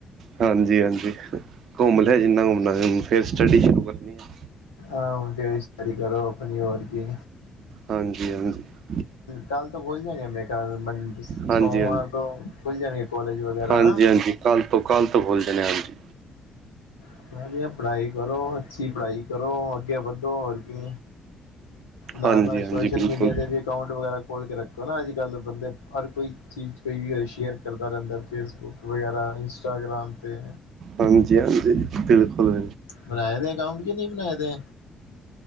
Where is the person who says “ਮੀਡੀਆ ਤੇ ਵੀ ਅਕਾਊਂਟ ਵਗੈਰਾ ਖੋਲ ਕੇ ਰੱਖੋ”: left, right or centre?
Left